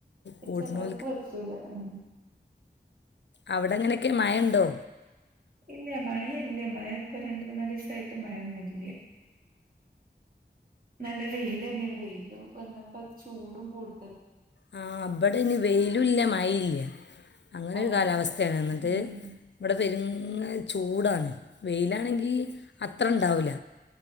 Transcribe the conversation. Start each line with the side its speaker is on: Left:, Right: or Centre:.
Left: കൂട്ടുന്നവർക്ക്
Right: ചേലോൽക്ക് പറ്റൂല ഉ
Left: അവിടെങ്ങനൊക്കെ മഴണ്ടോ
Right: ഇല്ല്യ മഴ ഇല്ല്യ മഴ ഇപ്പ രണ്ട് മൂന്നാലീസായിട്ട് മഴൊന്നുല്ല്യ നല്ല വെയിലെന്നെണ് വെയില് വന്നപ്പോ ചൂടും കൂടു
Left: ആ ഇവടെന് വെയിലുല്ല മഴയില്ല അങ്ങനെ
Right: ആഹ്
Left: ഒരു കാലാവസ്ഥയാണ്
Right: അപ്പൊ
Left: എന്നിട്ട്
Right: ഉം
Left: ഇവടെ പെരും ചൂടാണ് വെയിലാണെങ്കി അത്ര ണ്ടാവൂല്ല